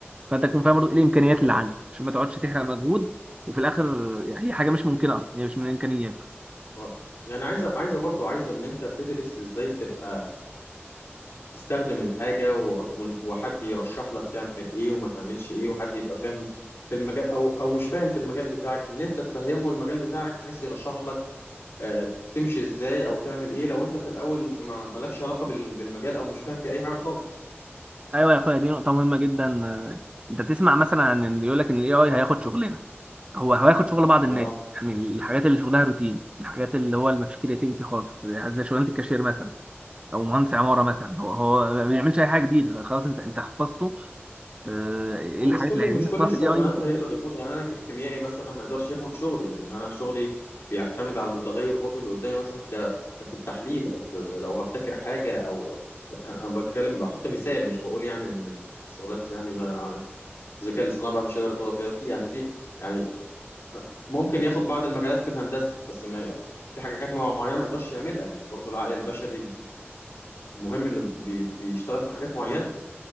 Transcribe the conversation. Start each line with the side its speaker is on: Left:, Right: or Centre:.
Right: فانت تكون فاهم برضه ايه الامكانيات
Left: اه
Right: اللي عندك عشان ما تقعدش تحرق مجهود وفي الاخر يعني هي حاجه مش ممكنه اصلا هي مش من امكانياته
Left: آه. يعني عايزه عايزه برضو عايزه ان انت تدرس ازاي تبقى تستخدم الحاجه و- وحد يرشح لك تعمل ايه وما تعملش ايه وحد يبقى فاهم في المجال او او مش فاهم في المجال بتاعك ان انت تفهمه المجال بتاعك بحيث يرشح لك آه، تمشي ازاي او تعمل ايه لو انت في الاول ما مالكش علاقه بال- بالمجال او مش فاهم في اي حاجه خالص
Right: ايوه يا اخويا دي نقطه مهمه جدا آه، انت تسمع مثلا عن إن يقول لك ان الاي اي هياخد شغلنا هو هياخد شغل بعض الناس
Left: اه
Right: يعني الحاجات اللي شغلها روتين الحاجات اللي هو اللي ما فيش كرياتيفيتي خالص زي شغلانه الكاشير مثلا او مهندس عماره مثلا هو هو ما بيعملش اي حاجه جديده خلاص انت انت حفظته آه، ايه
Left: ومش
Right: الحاجات
Left: كل
Right: اللي هيعملها
Left: مش كل
Right: خلاص
Left: الشغلانات
Right: الاي اي ممكن
Left: هيقدر
Right: يعملها
Left: ياخدها يعني انا ككيميائي مثلا ما يقدرش ياخد شغلي لان انا شغلي بيعتمد على المتغير برضو اللي قدامي مثلا ك... كفي التحليل او في لو هبتكر حاجه او انا بتكلم بحط مثال مش بقول يعني ان شغلانتي يعني ما الذكاء الاصطناعي بقى مش هيقدر ياخدها كده في يعني في يعني ممكن ياخد بعض المجالات في الهندسه بس ما في حاجات مع- معينه ما يقدرش يعملها يعني برضو العقل البشري المهم انه بي بيشتغل في حاجات معينه